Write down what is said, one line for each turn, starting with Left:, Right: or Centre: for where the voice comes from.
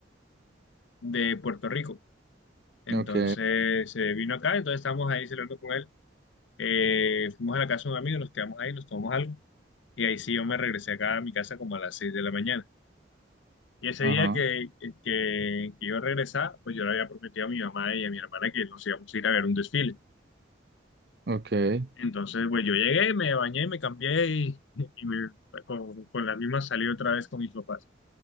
Left: de Puerto Rico. Entonces
Right: Ok,
Left: eh, vino acá, entonces estábamos ahí celebrando con él. Eh, fuimos a la casa de un amigo, nos quedamos ahí, nos tomamos algo. Y ahí sí yo me regresé acá a mi casa como a las 6 de la mañana. Y ese
Right: ajá,
Left: día que, que, que yo regresaba, pues yo le había prometido a mi mamá y a mi hermana que nos íbamos a ir a ver un desfile.
Right: ok.
Left: Entonces, pues yo llegué, me bañé, me cambié y, y me- con, con las mismas salí otra vez con mis papás.